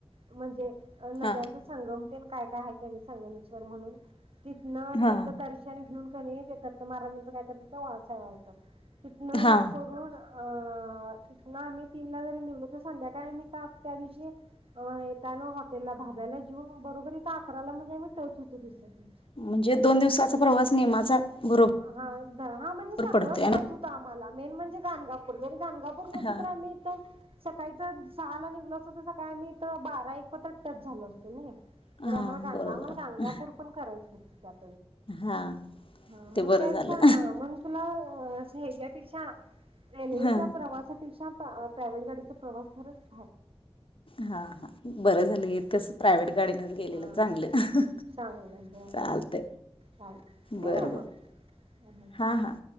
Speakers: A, on the right; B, on the left.
A: म्हणजे नद्यांचा
B: हा
A: संगम काय काय हायत त्यांनी संगमेश्वर म्हणून तिथन
B: हा
A: तिथ दर्शन घेऊन तिथे का नाही दत्त महाराज काहीतरी वाळसाय वाटत तिथन
B: हा
A: हे करून अ तिथ ना आम्ही तीनला जरी निघलो तर संध्याकाळी मी का त्या दिवशी येताना हॉटेलला धाब्याला जेऊन बरोबरी त रायला म्हजे मीच होतो दुसऱ्या दिवशी
B: म्हणजे दोन दिवसाचा प्रवास नेमाचा बरोबर
A: हा हा म्हणजे सगळं
B: पडतोय
A: करायच होतं आम्हाला मेन म्हणजे गानगापूर गाणगापूर नसतं
B: हा
A: तर आम्ही इथं सकाळी तर सहा ला निघलो असतो तर सकाळी आम्ही तर बारा एक पतत टच झालो असतो ना
B: हा
A: तरी आम्हाला गाणगा
B: बरोबर
A: आम्हाला
B: आहे
A: गाणगापूर पण करायचं होत <unintelligible>
B: हा
A: मग
B: ते बरं
A: त्यांचा
B: झालं
A: ह मग तुला ह अस ह्याच्यापेक्षा हा रेल्वेच्या
B: हा
A: प्रवासापेक्षा प्राइवेट गाडीचा प्रवास खरच
B: हा हा बरं झालं इथंच प्रायव्हेट गाडीनेच गेलेलं
A: हा
B: चांगलं.
A: चांगलं हा
B: चालतय
A: चालेल ठेवू
B: बरं
A: काय
B: बर
A: मग?
B: हां हां